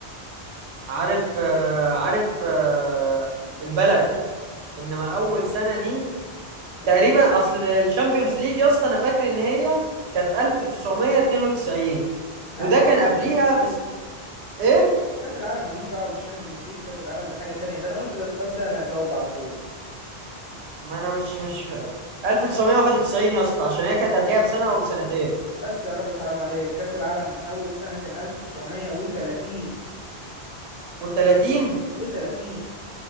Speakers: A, on the right (about 80°); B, on the left (about 60°).
A: عارف آه، عارف آه، البلد انما اول سنه دي
B: ايوه
A: تقريبا اصل الشامبيونز ليج يا اسطى انا فاكر ان هي كانت 1992
B: لا
A: وده
B: كاس
A: كان قبليها بس ايه
B: كاس العالم ملوش دعوه بالشامبيونز ليج كاس العالم ده حاجه تانية ده انا قلت ده سؤال سهل هتجاوب على طول
A: ما انا مش مش 1991 يا اسطى عشان هي كانت قبلها بسنه او بسنتين
B: بس يا راجل حرام عليك كأس العالم أول سنة كان 1930
A: و30
B: و30